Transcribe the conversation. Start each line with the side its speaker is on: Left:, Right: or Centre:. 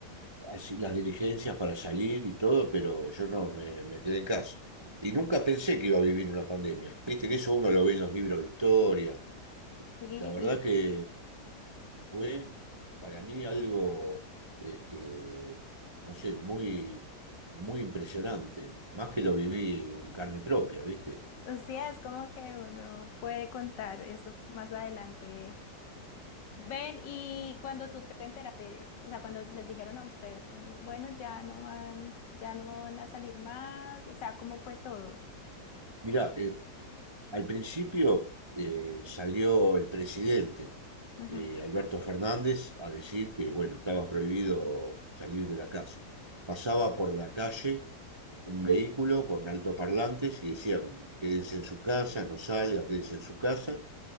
Right: así, las diligencias para salir y todo, pero yo no me, me quedé en casa. Y nunca pensé que iba a vivir una pandemia. Viste que eso uno lo ve en los libros de historia.
Left: Sí,
Right: La verdad
Left: y
Right: que fue para mí algo, este, no sé, muy, muy impresionante, más que lo viví en carne propia, ¿viste?
Left: o sea, es como que uno puede contar eso más adelante Ven, y cuando tú te enteraste, o sea, cuando les dijeron a ustedes como, bueno, ya no van, ya no van a salir más, o sea, ¿cómo fue todo?
Right: Mirá, eh, Al principio eh, salió el presidente,
Left: Ujú,
Right: eh, Alberto Fernández, a decir que, bueno, estaba prohibido salir de la casa. Pasaba por la calle un vehículo con altoparlantes y decían, quédense en su casa, no salga, quédense en su casa.